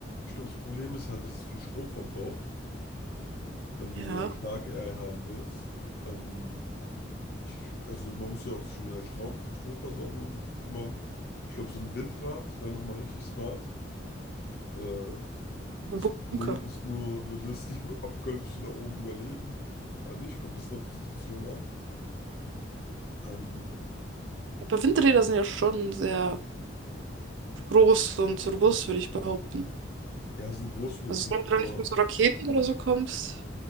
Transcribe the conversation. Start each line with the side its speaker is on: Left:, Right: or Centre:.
Left: ich glaube, das Problem ist halt, dass es viel Strom verbraucht, wenn du
Right: Ja,
Left: eine starke AI haben willst. Ähm, ich, also man muss ja auch sich um seine Strom, Stromversorgung kümmern. Ich glaube, so ein Windrad wäre nochmal richtig smart. Da,
Right: eine
Left: das Problem
Right: Bunker.
Left: ist nur, würde das die <laughs> Apokalypse da oben überleben? Oder nicht? Kommt ein bisschen auf die Situation an. Ähm,
Right: Aber Windräder sind ja schon sehr groß und robust, würde ich behaupten.
Left: ja, sie sind groß und
Right: Also
Left: robust,
Right: solange du
Left: aber
Right: da nicht mit so Raketen oder so kommst,